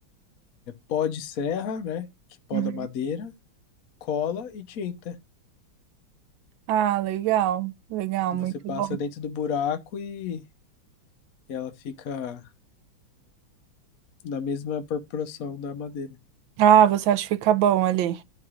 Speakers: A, on the left (about 55°); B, on the right (about 80°).
A: pó de serra, né? Que poda
B: Uhum.
A: madeira, cola e tinta.
B: Ah, legal. Legal,
A: Você
B: muito
A: passa
B: bom.
A: dentro do buraco e ela fica na mesma proporção da madeira.
B: Ah, você acha que fica bom ali?